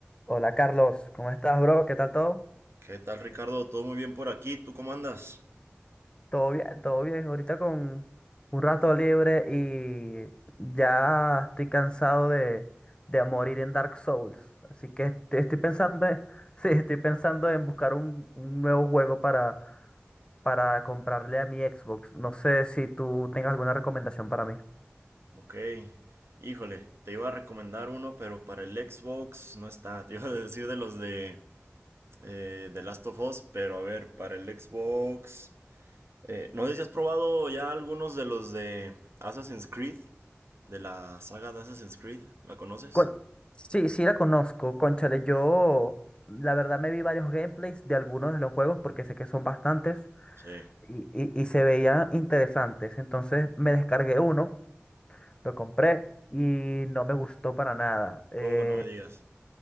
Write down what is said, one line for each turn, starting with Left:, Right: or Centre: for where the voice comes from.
Left: Hola Carlos, ¿cómo estás, bro? ¿Qué tal todo?
Right: ¿Qué tal, Ricardo? ¿Todo muy bien por aquí? ¿Tú cómo andas?
Left: Todo bien, todo bien. Ahorita con un rato libre y ya estoy cansado de, de morir en Dark Souls. Así que est- estoy pensando, en- <laughs> sí, estoy pensando en buscar un, un nuevo juego para, para comprarle a mi Xbox. No sé si tú tengas alguna recomendación para mí.
Right: Ok. Híjole, te iba a recomendar uno, pero para el Xbox no está. <laughs> Te iba a decir de los de, eh, de Last of Us, pero a ver, para el Xbox... eh, no sé si has probado ya algunos de los de Assassin's Creed, de la saga de Assassin's Creed. ¿La conoces?
Left: Con- Sí, sí la conozco. Cónchale, yo la verdad me vi varios gameplays de algunos de los juegos porque sé que son bastantes.
Right: Sí.
Left: y, y- y se veían interesantes. Entonces me descargué uno, lo compré y no me gustó para nada. Eh,
Right: Oh, no me digas.